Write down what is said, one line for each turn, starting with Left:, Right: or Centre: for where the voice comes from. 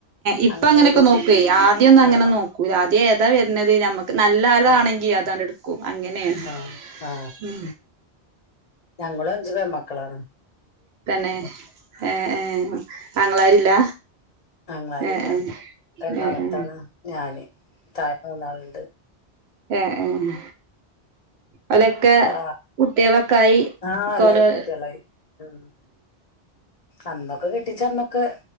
Right: ഇപ്പൊ
Left: അങ്ങനെ
Right: അങ്ങനെയൊക്കെ
Left: ഒരു ഇത്
Right: നോക്കുവേ ആദ്യ ഒന്നും അങ്ങനെ
Left: ആ
Right: നോക്കൂ ആദ്യം ഏതാ വരുന്നത് നമ്ക്ക് നല്ല നല്ലതാണെങ്കി
Left: ആ
Right: അതണ്ട് ടുക്കും അങ്ങനെയാണ്
Left: ആ ആ
Right: ഉ
Left: ഞങ്ങളും അഞ്ച് പെൺമക്കളാ ക്കളാണ്
Right: തന്നെ ഏ ഏ ആങ്ങളാരില്ല
Left: അങ്ങളാരി
Right: ഏഹ്
Left: ല്ല രണ്ടാമത്താണ്
Right: ഏഹ്
Left: ഞാന് താഴെ മൂന്നാളുണ്ട്
Right: ആഹ ആഹ ഓലൊക്കെ
Left: ആ
Right: കുട്ടിയളൊക്ക ആയി
Left: ആ
Right: ക്കൊരോ
Left: എല്ലാരും കുട്ടികളായി ഉം അന്നൊക്കെ കെട്ടിച്ച് അന്നൊക്കെ